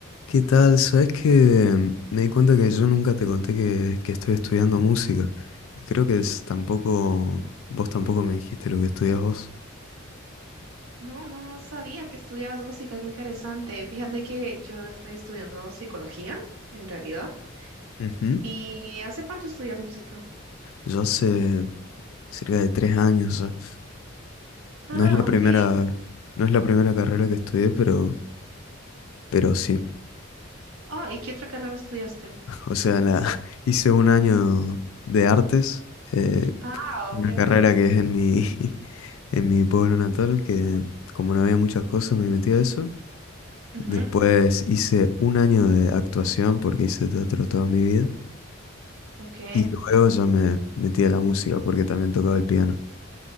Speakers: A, on the left (about 75°); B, on the right (about 70°).
A: ¿Qué tal? Sabes que me di cuenta que yo nunca te conté que, que estoy estudiando música y creo que es- tampoco, vos tampoco me dijiste lo que estudias vos.
B: No, no sabía que estudiabas música, qué interesante. Fíjate que yo estoy estudiando psicología, en realidad.
A: Ujú.
B: ¿Y hace cuánto estudias música?
A: Yo hace cerca de tres años ya.
B: Ah,
A: No es la primera,
B: ok.
A: no es la primera carrera que estudié, pero, pero sí.
B: Ah, ¿y qué otra carrera estudiaste?
A: <laughs> O sea, la, <laughs> hice un año de artes, eh,
B: Ah,
A: una
B: ok,
A: carrera
B: ok.
A: que es en mi, <laughs> en mi pueblo natal, que como no había muchas cosas me metí a eso.
B: Ujú,
A: Después hice un año de actuación porque hice teatro toda mi vida.
B: ok.
A: Y luego ya me metí a la música porque también tocaba el piano.